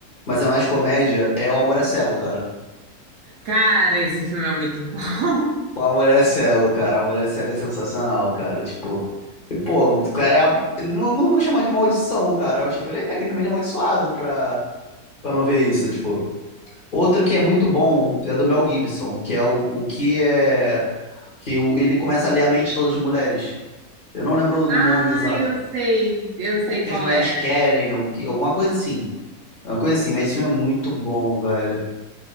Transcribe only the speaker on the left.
mas é mais comédia, é O Amor é Cego, cara.
O Amor é Cego, cara. O Amor é Cego é sensacional, cara. Tipo, pô, o cara é. a- Não, não vou chamar de maldição, cara. Eu, tipo, ele é tecnicamente amaldiçoado pra, pra não ver isso, tipo. Outro que é muito bom é do Mel Gibson, que é o, o que é. Que o- ele começa a ler a mente de todas as mulheres. Eu não lembro
o nome exato.
O que que
as mulheres
querem, o que, alguma coisa assim. É Uma coisa assim, mas esse filme é muito bom, velho.